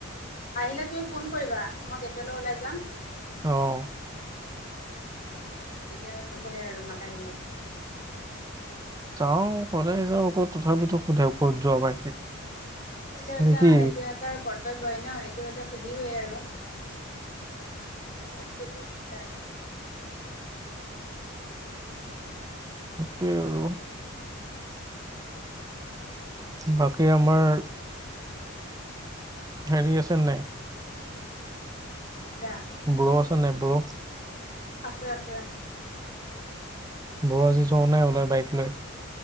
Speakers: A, on the left (about 35°); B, on the right (about 15°).
A: আহিলে তুমি ফোন কৰিবা, মই গেটলৈ ওলাই যাম।
B: আহ।
A: তেতিয়া কৈ দিম আৰু তেতিয়া নোখোধে আৰু তুমাক আহিলে।
B: যাওঁ সদায় যাওঁ আকৌ তথাপিতো সোধে ক'ত যোৱা।
A: সেইটো এ
B: মানে
A: সেইটো
B: কি
A: ইহঁতৰ কৰ্তব্যই ন সেইটো এটো সুধিবই আৰু। সিহঁতক ৰাখিচোৱে সেইটো কাৰণে।
B: সেইটোৱে আৰু।
A: <inaudible>
B: বাকী
A: তাকেতো
B: আমাৰ
A: <inaudible>
B: হেৰি আছে নাই?
A: ল'ৰা
B: ব্ৰ আছে নাই ব্ৰ?
A: আছে আছে।
B: ব্ৰ আজি যোৱা নাই ওলাই বাইক লৈ?